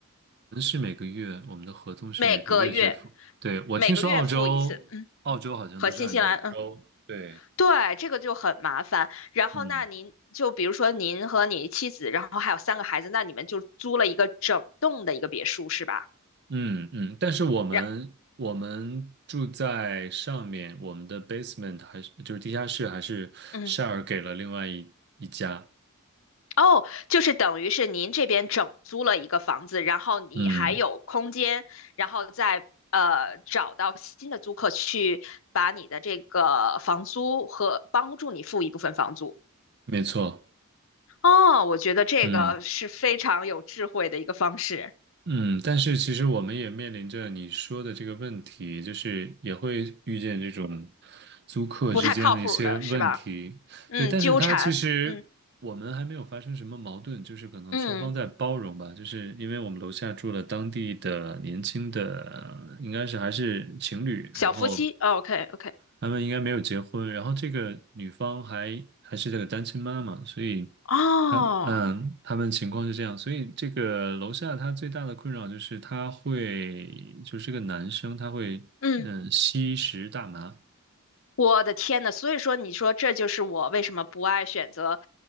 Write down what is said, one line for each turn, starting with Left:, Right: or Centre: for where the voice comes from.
Right: 我们是每个月，我们的合同是每个月去付。
Left: 每个月，
Right: 对，我听说澳洲，
Left: 每个月付一次，嗯，
Right: 澳洲好像都是按照周，
Left: 和新西兰，嗯。
Right: 对，
Left: 对，这个就很麻烦。然后，
Right: 嗯。
Left: 那您就比如说您和你妻子，然后还有三个孩子，那你们就租了一个整栋的一个别墅是吧？
Right: 嗯嗯，但是我们我们住在上面，
Left: 然，
Right: 我们的 basement 还是就是地下室还是
Left: 嗯，
Right: share 给了另外一一家。
Left: 哦，就是等于是您这边整租了一个房子，然后你还有空间，
Right: 嗯，
Left: 然后再呃找到新的租客去把你的这个房租和帮助你付一部分房租。
Right: 没错。
Left: 哦，我觉得这个是非常有智慧的一个方式，
Right: 嗯。嗯，但是其实我们也面临着你说的这个问题，就是也会遇见这种租客之间的一些问题。
Left: 不太靠谱的是吧？嗯，
Right: 对，但是它其实我们还没有发生什么矛盾，
Left: 纠缠，嗯。
Right: 就是可能双方在包容吧。
Left: 嗯，
Right: 就是因为我们楼下住了当地的年轻的，应该是还是情侣，
Left: 小夫妻，OK
Right: 然后
Left: OK，
Right: 他们应该没有结婚，然后这个女方还还是这个单亲妈妈，所以。
Left: 哦，
Right: 他嗯，他们情况是这样，所以这个楼下他最大的困扰就是他会，就是这个男生，他会嗯吸食大麻，
Left: 嗯，我的天呐，所以说你说这就是我为什么不爱选择